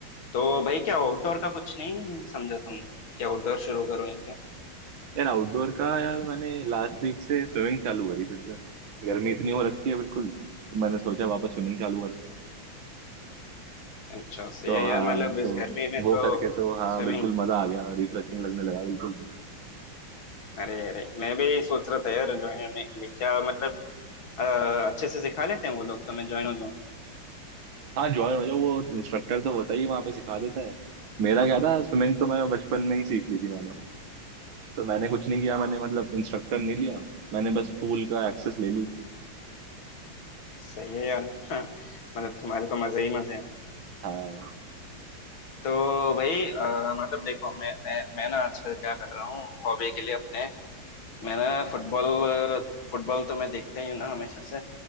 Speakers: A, on the left (about 75°); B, on the right (about 70°).
A: तो भाई क्या आउटडोर का कुछ नहीं समझा तुमने क्या आउटडोर शुरू करो या क्या
B: यार आउटडोर का यार मैंने लास्ट वीक से स्विमिंग चालू करी फिर से गर्मी इतनी हो रखी है बिल्कुल तो मैंने सोचा वापस स्विमिंग चालू करते हैं
A: अच्छा सही
B: तो
A: है
B: हाँ
A: यार मतलब इस
B: तो
A: गर्मी में
B: वो
A: तो
B: करके तो हाँ
A: स्विमिंग
B: बिल्कुल मजा आ गया रिफ्रेशिंग लगने लगा बिल्कुल
A: अरे अरे मैं भी सोच रहा था यार ज्वाइन होने के लिए क्या मतलब अ, अच्छे से सिखा लेते हैं वो लोग तो मैं ज्वाइन हो जाऊँ
B: हाँ ज्वाइन हो जाओ वो इंस्ट्रक्टर तो होता ही है, वहाँ पे सिखा देता है मेरा क्या था स्विमिंग तो मैं बचपन में ही सीख ली थी मैंने तो मैंने कुछ नहीं किया मैंने मतलब इंस्ट्रक्टर नहीं लिया मैंने बस पूल का एक्सेस ले ली
A: सही है यार <laughs> मतलब तुम्हारे तो मजे ही मजे हैं
B: हाँ
A: तो भाई अ, मतलब देखो मैं मैं मैं ना आजकल क्या कर रहा हूँ हॉबी के लिए अपने मैं ना फुटबॉल फुटबॉल तो मैं देखता ही हूँ ना हमेशा से